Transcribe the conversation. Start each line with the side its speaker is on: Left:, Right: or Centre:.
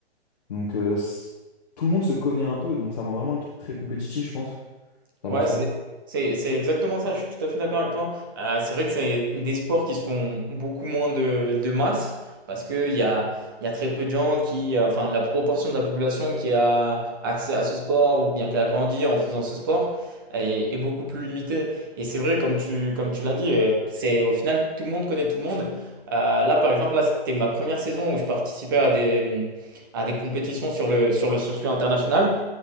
Left: Donc, euh, c- tout le monde se connaît un peu, donc ça rend vraiment le truc très compétitif, je pense. T'en
Right: Ouais,
Left: penses
Right: c'est
Left: quoi?
Right: c'est- c'est exactement ça, je suis tout à fait d'accord avec toi. Euh, c'est vrai que c'est des sports qui sont beaucoup moins de, de masse, parce qu'il y a, il y a très peu de gens qui, euh, enfin la proportion de la population qui a accès à ce sport ou bien qui a grandi en faisant ce sport est, est beaucoup plus limitée. Et c'est vrai, comme tu, comme tu l'as dit, euh, c'est au final tout le monde connaît tout le monde. Euh, là, par exemple, là, c'était ma première saison où je participais à des, à des compétitions sur le, sur le circuit international.